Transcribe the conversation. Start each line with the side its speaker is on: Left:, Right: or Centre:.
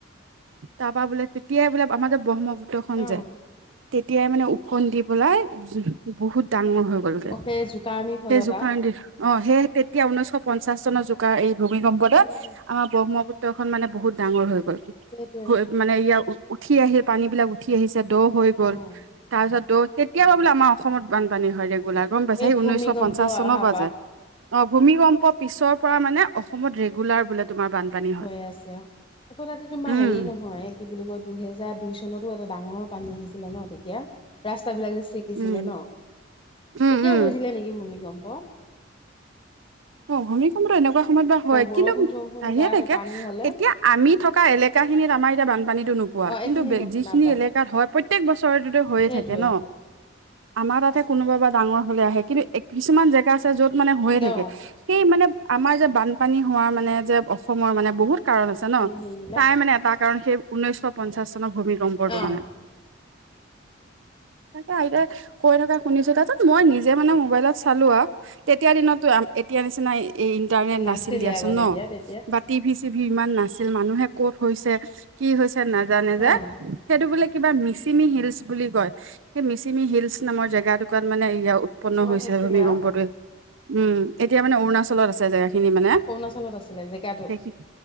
Right: তাৰ পা বোলে তেতিয়াই বোলে আমাৰ যে ব্ৰহ্মপুত্ৰ খন
Left: অ',
Right: যে তেতিয়াই মানে ওফন্দি বলাই উ বহুত ডাঙৰ হৈ গ'ল গে
Left: অ', সেই জোকাৰণিৰ ফলত
Right: সেই জোকাৰ
Left: আও
Right: দি অ'সেয়েহে তেতিয়া ঊনৈশ পঞ্চাশ চনৰ যুগ আৰু এই ভূমিকম্পতে
Left: উম, উম,
Right: আমাৰ ব্ৰহ্মপুত্ৰ খন মানে বহুত ডাঙৰ হৈ গ'ল
Left: সেইটোৱে
Right: হৈ মানে ইয়াৰ উঠি আহিল পানী বিলাক উঠি আহিছে দ হৈ গ'ল
Left: অ',
Right: তাৰপিছত দ তেতিয়া পৰা বোলে আমাৰ অসমত বানপানী হয় গোলা গম পাইছা
Left: এই
Right: হেই
Left: ভূমিকম্প
Right: ঊনৈছশ পঞ্চাশ চনৰ
Left: আহাৰ
Right: পৰা যে অ ভূমিকম্প পিছৰ পৰা মানে অসমত ৰেগুলাৰ বোলে তোমাৰ বানপানী
Left: হৈ
Right: হয়।
Left: আছে আৰু আকৌ তাতে তোমাৰ
Right: উম
Left: হেৰি নহয় কি বুলি কয় দুইহেজাৰ দুই চনতো এটা ডাঙৰ পানী আহিছিলে ন তেতিয়া ৰাস্তা ৰাস্তা বিলাক যে চিগিছিলে
Right: উম
Left: ন'
Right: উম
Left: তেতিয়াও
Right: উম।
Left: হৈছিলে নেকি ভূমিকম্প? ক
Right: অ ভূমিকম্পটো এনেকুৱা সময়ত বা হয়
Left: বৰষুণ
Right: কিন্তু
Left: চৰষুণ
Right: আহিয়ে
Left: বা
Right: থাকে
Left: সেই পানী হ'লে
Right: এতিয়া আমি থ <unintelligible> থকা এলেকাখিনিত আমাৰ এতিয়া বানপানী নোপোৱা
Left: অ',
Right: কিন্তু
Left: এইখিনি ন
Right: যিখিনি
Left: নাপায়
Right: এলেকাত হয় প্ৰত্যেক বছৰেতো হৈয়ে
Left: সেইটোৱে
Right: থাকে ন আমাৰ তাতে কোনোবা বা ডাঙৰ হলে আহে কিন্তু কিছুমান জেগা আছে য'ত মানে হৈয়ে থাকে
Left: অ'।
Right: সেই মানে আমাৰ যে বানপানী হোৱা মানে যে অসমৰ মানে বহুত কাৰণ আছে
Left: গোটেই
Right: ন
Left: হেৰিবিলাক
Right: তাই মানে এটা কাৰণ সেই ঊনৈশ পঞ্চাশ চনৰ ভূমিকম্পৰটো
Left: অ',
Right: মানে <inaudible> তাকে আহে কৈ থকা শুনিছো তাৰছত মই নিজে মানে মোবাইলত চালো আৰু তেতিয়া দিনত এতিয়া নিচিনা এই ইণ্টাৰনেট
Left: নাছিলে
Right: নাছিল দিয়াচোন
Left: আগত
Right: ন
Left: তেতিয়া তেতিয়া
Right: বা টি ভি চি ভি ইমান নাছিল মানুহে কত হৈছে কি হৈছে নাজানে যে
Left: অ',
Right: সেইটো বোলি কিবা মিচিমি হিলচ বুলি কয়, সেই মিচিমি হিলচ নামৰ জেগা টুকুৰাত। মানে ইয়া উৎপন্ন হৈছে
Left: হৈছিলে
Right: আমি গম
Left: আৰু
Right: পোৱাতোৱে উম, এতিয়া মানে অৰুণাচলত আছে জেগা খিনি মানে
Left: অৰুণাচলত আছিলে জেগাটো
Right: সেইখিনি